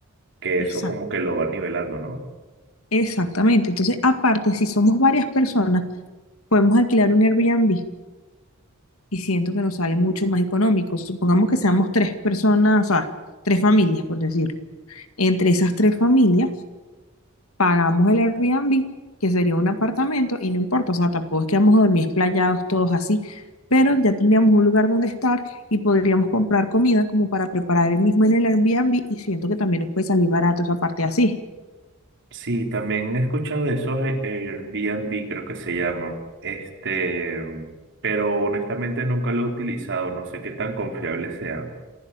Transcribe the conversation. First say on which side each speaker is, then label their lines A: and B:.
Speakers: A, on the right (about 60°); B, on the left (about 85°).
A: que
B: exact-
A: eso como que lo va nivelando, ¿no?
B: exactamente. Entonces, aparte, si somos varias personas, podemos alquilar un Airbnb y siento que nos sale mucho más económico. Supongamos que seamos tres personas, o sea, tres familias, por decirlo. Entre esas tres familias, pagamos el Airbnb, que sería un apartamento, y no importa, o sea, tampoco es que vamos a dormir esplayados todos así, pero ya tendríamos un lugar donde estar y podríamos comprar comida como para preparar el mismo en el Airbnb y siento que también nos puede salir barato esa parte así.
A: Sí, también he escuchado de esos Air- Airbnb, creo que se llaman. Este, pero honestamente nunca lo he utilizado, no sé qué tan confiables sean.